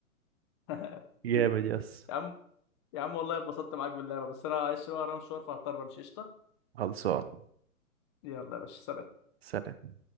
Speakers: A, on the left; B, on the right.
A: <laughs>
B: <laughs> جامد يس
A: يا عم يا عم والله اتبسطت معاك باللعبة بس انا معلش بقى ورايا مشوار فهضطر امشي قشطة
B: خلصان
A: يلا يا باشا سلام
B: سلام